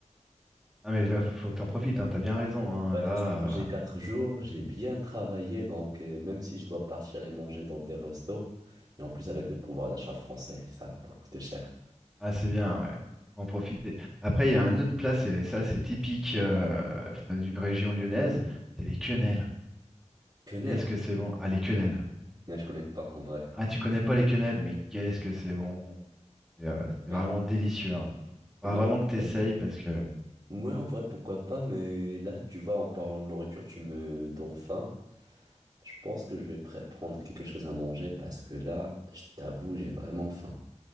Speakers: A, in the centre; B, on the right.
A: Ah mais va- faut que t'en profites, hein. T'as bien raison, hein.
B: Bah,
A: Là.
B: c'est sûr, j'ai
A: euh,
B: quatre jours, j'ai bien travaillé, donc euh, même si je dois partir les manger dans des restos, et en plus avec le pouvoir d'achat français, ça va pas coûter cher.
A: Ah, c'est bien, ouais. Faut en profiter. Après, il y a un autre plat, c'est ça, c'est typique euh, d'une région lyonnaise, c'est les quenelles.
B: Quenelle?
A: Qu'est-ce que c'est bon? Ah, les quenelles.
B: Non, je connais pas en vrai.
A: Ah, tu connais pas les quenelles, mais qu'est-ce que c'est bon. C'est euh, c'est
B: Ouais.
A: vraiment délicieux. hein. Faudra
B: Eh ben,
A: vraiment
B: en
A: que t'essayes
B: vrai,
A: parce que
B: ouais, en vrai, pourquoi pas, mais là, tu vois, en parlant de nourriture, tu me donnes faim. Je pense que je vais pré- prendre quelque chose à manger parce que là, je t'avoue, j'ai vraiment faim.